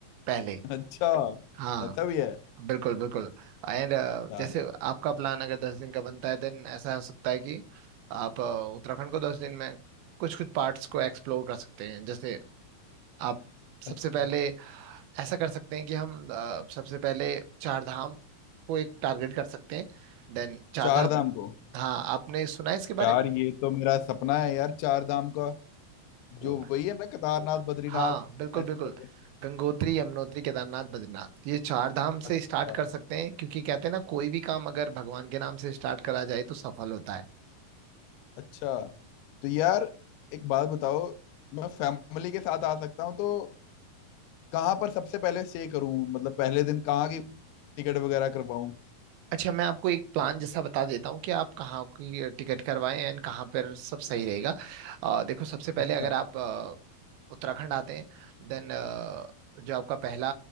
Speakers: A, on the right (about 75°); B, on the left (about 85°).
A: पहले
B: अच्छा
A: हाँ
B: ऐसा भी है
A: बिल्कुल बिल्कुल एंड
B: क्या
A: जैसे
B: बात
A: आपका प्लान अगर दस दिन का बनता है देन ऐसा हो सकता है कि आप अ, उत्तराखंड को दस दिन में कुछ कुछ पार्ट्स को एक्सप्लोर कर सकते हैं जैसे आप
B: अच्छा
A: सबसे पहले ऐसा कर सकते हैं कि हम अ, सबसे पहले चार धाम को एक टारगेट कर सकते हैं देन चार
B: चार
A: धाम
B: धाम को
A: हाँ आपने सुना है इसके बारे
B: यार
A: में
B: ये तो मेरा सपना है यार चार धाम का
A: ओ
B: जो वही है ना केदारनाथ बद्रीनाथ
A: हाँ बिल्कुल
B: ऐसे
A: बिल्कुल
B: वाले।
A: गंगोत्री यमुनोत्री केदारनाथ बद्रीनाथ ये चार धाम
B: अच्छा
A: से स्टार्ट कर सकते हैं क्योंकि कहते हैं ना कोई भी काम अगर भगवान के नाम से स्टार्ट करा जाए तो सफल होता है
B: अच्छा तो यार एक बात बताओ मैं फैमिली के साथ आ सकता हूँ तो कहाँ पर सबसे पहले स्टे करूँ मतलब पहले दिन कहाँ की टिकट वगैरह करवाऊँ
A: अच्छा मैं आपको एक प्लान जैसा बता देता हूँ कि आप कहाँ की टिकट करवाएं एंड कहाँ पर सब सही रहेगा अ, देखो सबसे पहले
B: अच्छा
A: अगर आप अ, उत्तराखंड आते हैं देन जो आपका पहला